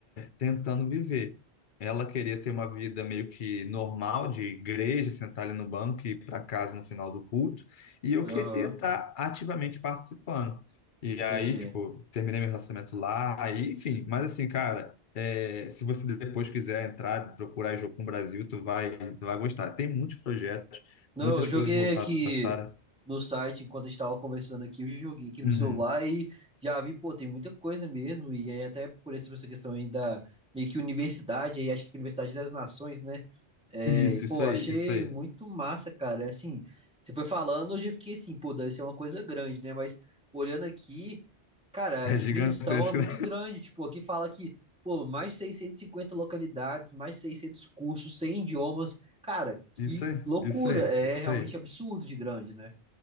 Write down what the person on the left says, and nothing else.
tentando viver. Ela queria ter uma vida meio que normal, de igreja, sentar ali no banco e ir para casa no final do culto, e eu
queria estar ativamente participando. E
aí, tipo, terminei meu relacionamento lá, aí, enfim, mas assim, cara, é, se você depois quiser entrar, procurar Jocum Brasil, tu vai, tu vai gostar. Tem muitos projetos,
muitas
coisas voltadas
para Sara.
Uhum.
Isso,
isso aí,
isso aí.
É
gigantesco,
né?
Isso aí,
isso aí,
isso
aí.